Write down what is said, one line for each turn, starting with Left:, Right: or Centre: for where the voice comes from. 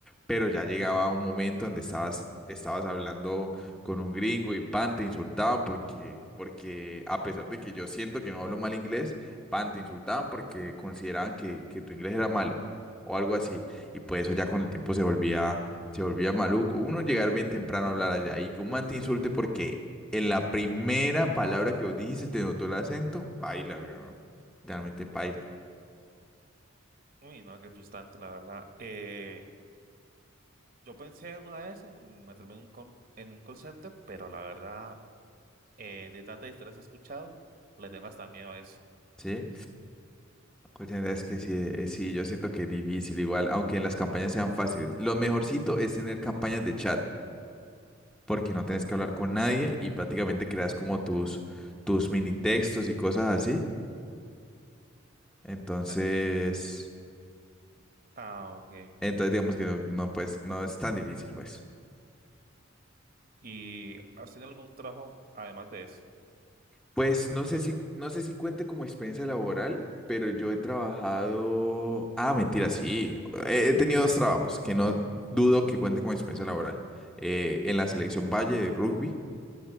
Centre: Pero ya llegaba un momento donde estabas, estabas hablando con un gringo y pan, te insultaban porque, porque a pesar de que yo siento que no hablo mal inglés, pan, te insultaban porque consideraban que, que tu inglés era malo o algo así, y pues eso ya con el tiempo se volvía se volvía maluco. Uno llegar bien temprano a hablar allá y que un man te insulte porque en la primera palabra que vos dijiste te notó el acento, paila, weón. Literalmente paila.
Right: Uy, no, qué frustrante, la verdad. Eh, yo pensé alguna vez en meterme en un, com- en un call center, pero la verdad, eh, de tantas historias que he escuchado, le tengo hasta miedo a eso.
Centre: ¿Sí? La cuestión es que sí, eh, sí, yo siento que es difícil igual, aunque en las campañas sean fáciles. Lo mejorcito es tener campañas de chat, porque no tenés que hablar con nadie y prácticamente creas como tus, tus mini textos y cosas así. Entonces,
Right: Ah, ah, ok.
Centre: entonces digamos que no, no, pues, no es tan difícil, pues.
Right: ¿Y has tenido algún trabajo, además de ese,
Centre: Pues
Right: del
Centre: no
Right: call
Centre: sé
Right: center?
Centre: si, no sé si cuente como experiencia laboral, pero yo he trabajado. Ah, mentira, sí. He he tenido dos trabajos que no dudo que cuente como experiencia laboral. Eh, en la selección Valle de rugby,